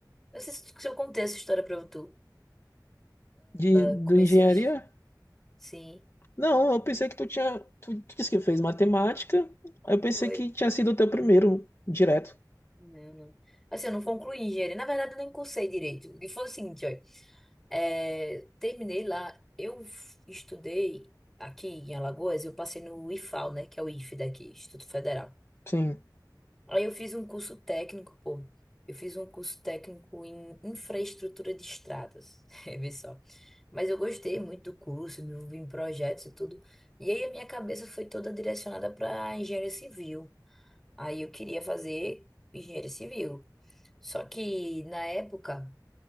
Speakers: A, in the centre; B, on the left (about 35°).
A: Não sei se se eu contei essa história pra tu.
B: De,
A: Eu comecei.
B: do engenharia?
A: Sim.
B: Não, eu pensei que tu tinha, tu, tu disse que fez matemática, aí eu pensei
A: Foi.
B: que tinha sido o teu primeiro direto.
A: Eu não- Assim, eu não concluí engenharia. Na verdade, eu nem cursei direito. E foi o seguinte, olha. é, terminei lá. Eu f- estudei aqui em Alagoas. Eu passei no IFAL, né? Que é o IFE daqui, Instituto Federal.
B: Sim,
A: Aí eu fiz um curso técnico, pô. Eu fiz um curso técnico em infraestrutura de estradas. <laughs> Vê só. Mas eu gostei muito do curso, me envolvi em projetos e tudo. E aí a minha cabeça foi toda direcionada para engenharia civil. Aí eu queria fazer engenharia civil. Só que na época